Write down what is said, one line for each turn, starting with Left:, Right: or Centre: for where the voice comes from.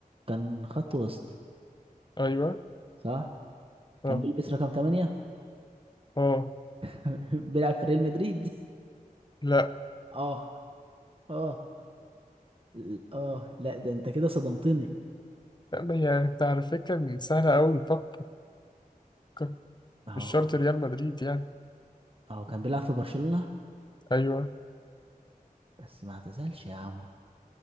Right: كان خط وسط
Left: أيوه
Right: صح
Left: اه
Right: كان بيلبس رقم 8
Left: اه
Right: <laughs> بيلعب في ريال مدريد
Left: لا
Right: اه اه ل- اه لا ده انت كده صدمتني
Left: لا ما هي أنت على فكرة سهلة أوي فكر فكر.
Right: اهو
Left: مش شرط ريال مدريد يعني
Right: اهو كان بيلعب في برشلونة
Left: أيوه
Right: بس ما اعتزلش يا عم